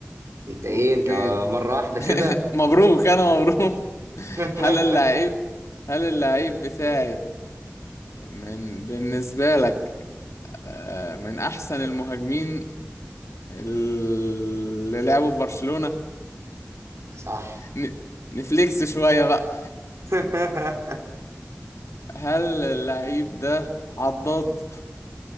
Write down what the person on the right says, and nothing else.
انت ايه
انت مرة واحدة كده
<laughs>
صح
<laughs>